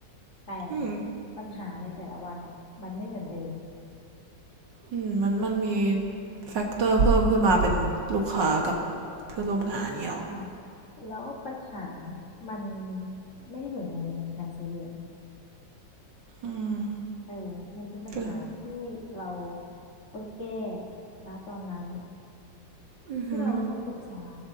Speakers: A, on the left; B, on the right.
A: แต่
B: อืม
A: ปัญหาในแต่ละวันอ่ะมันไม่เหมือนเดิม
B: อืมมันมันมี
A: แล
B: แฟกเตอร์เพิ่มขึ้นมาเป็นลูกค้ากับเพื่อนร่วมงานเนี่ยหรอ
A: อ่าแล้วปัญหามันไม่ได้อยู่ในหนังสือเรียน
B: อืม
A: เออมันเป็นปัญหาที่เรา
B: ก็
A: ต้องแก้นะตอนนั้น
B: อือหือ
A: ซึ่งเราก็ต้องปรึกษา